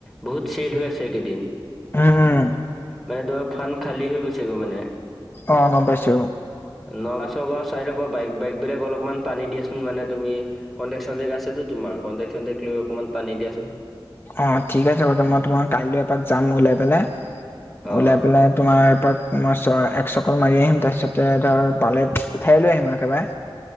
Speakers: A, in the centre; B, on the left (about 25°).
A: বহুত চেল হৈ আছে এইকেইদিন
B: উম
A: মানে তোমাৰ ফাণ্ড খালী হৈ গৈছে গৈ মানে
B: অ গম পাইছো।
A: নগাঁও চগাঁৱৰ চাইডৰ পৰা বাইক বাইক বিলাক অলপমান টানি দিয়াচোন মানে তুমি, কণ্টেক চন্টেক আছে টো তোমাৰ কণ্টেক চন্টেক লৈ অকনমান টানি দিয়াচোন।
B: অ ঠিক আছে বাৰু ত মই তোমাক কাইলৈ এপাক যাম ওলাই পেলাই
A: অ
B: ওলাই পেলাই তোমাৰ এপাক মই চৰ এক চক্কৰ মাৰি আহিম তাৰপিছত ধৰ পালে উঠাই লৈ আহিম আৰু একেবাৰে